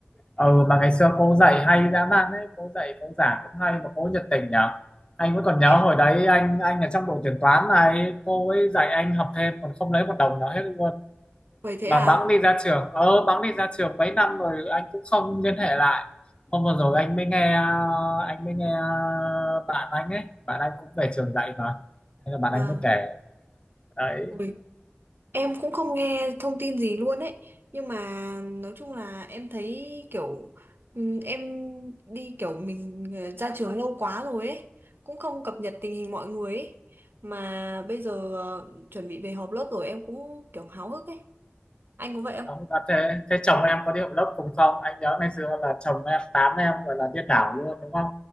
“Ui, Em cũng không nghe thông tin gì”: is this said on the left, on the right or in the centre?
Right